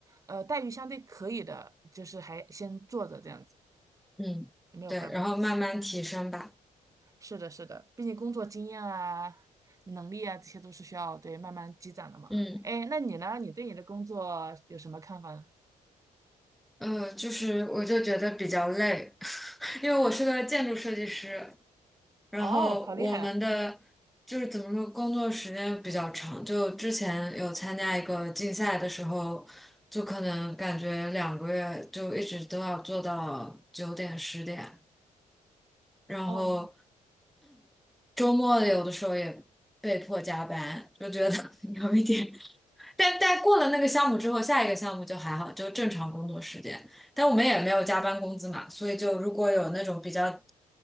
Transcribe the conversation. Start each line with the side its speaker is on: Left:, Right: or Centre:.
Right: 呃，待遇相对可以的，就是还先做着这样子，
Centre: 嗯，
Right: 没有办法。
Centre: 对，然后慢慢提升吧。
Right: 是的，是的，毕竟工作经验啊、能力啊，这些都是需要对慢慢积攒的嘛。
Centre: 嗯，
Right: 哎，那你呢？你对你的工作有什么看法呢？
Centre: 呃，就是我就觉得比较累，<laughs> 因为我是个建筑设计师，然后我们的就是怎么说，
Right: 哦，好厉害啊！
Centre: 工作时间比较长。就之前有参加一个竞赛的时候，就可能感觉两个月就一直都要做到九点十点，然后
Right: 哦，
Centre: 周末有的时候也被迫加班，就觉得 <laughs> 有一点。但但过了那个项目之后，下一个项目就还好，就正常工作时间。但我们也没有加班工资嘛，所以就如果有那种比较，